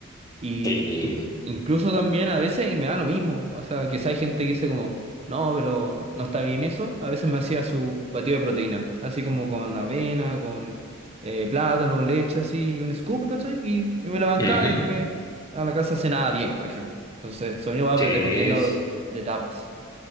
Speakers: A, on the right (about 30°); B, on the left (about 15°).
A: Y
B: Sí,
A: in- incluso también a veces, y me da lo mismo, o sea, quizá hay gente que dice como, no, pero no está bien eso, a veces me hacía su batido de proteína, así como con avena, con eh, plátano, leche, así, y un scoop, ¿cachai? Y, y me lo bancaba
B: ujú,
A: y después a la casa cenaba bien, por ejemplo. Entonces, sueño va
B: sí, es.
A: dependiendo de etapas.